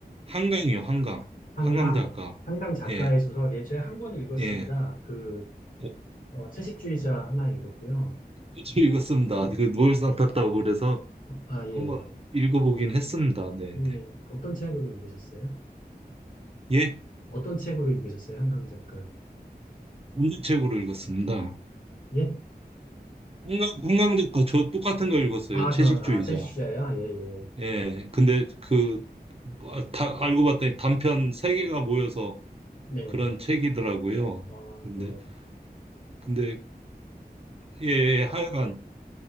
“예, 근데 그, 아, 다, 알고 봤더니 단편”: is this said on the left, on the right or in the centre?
Right